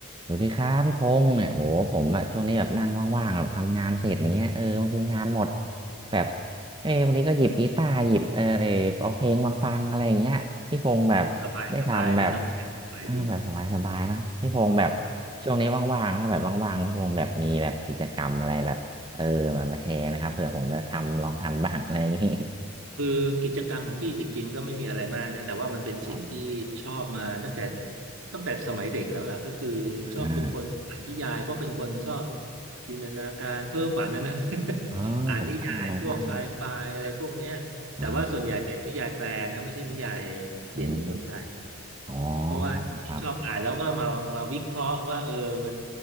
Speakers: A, on the right; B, on the right.
A: สวัสดีครับพี่พงษ์เนี่ยโอ้โหผมอะช่วงนี้แบบนั่งว่างๆแบบทำงานเสร็จอย่างเงี้ยเออบางทีงานหมดแบบเออบางทีก็หยิบกีตาร์หยิบเออเออเอาเพลงมาฟังอะไรอย่างเงี้ยพี่พงษ์แบบได้ทำแบบ
B: สบายสบายนะน้องแชทสบายดี
A: เออแบบสบายๆเนอะพี่พงษ์แบบช่วงนี้ว่างๆถ้าแบบว่างๆพี่พงษ์แบบมีแบบกิจกรรมอะไรแบบเออแบบมาแชร์ไหมครับเผื่อผมแบบทำลองทำบ้างอะไรอย่างงี้
B: คือกิจกรรมของพี่จริงๆก็ไม่มีอะไรมากนะแต่ว่ามันเป็นสิ่งที่ชอบมาตั้งแต่
A: <laughs> ครับ
B: ตั้งแต่สมัยเด็กแล้วล่ะก็คือชอบเป็นคนอ่านนิยายเพราะเป็นคนชอบ
A: อ่า
B: จินตนาการเพ้อฝันนะนะ
A: อ๋อผมก็อ่านผมก็อ่าน
B: <laughs> อ่านนิยายพวกไซไฟอะไรพวกเนี้ยแต่ว่าส่วนใหญ่เป็นนิยายแปลนะไม่ใช่นิยายเขียนคนไทย
A: อ๋ออืมอ๋อ
B: เพราะว่าชอบอ่านแล้วก็มามาวิเคราะห์ว่าเออมัน
A: ครับ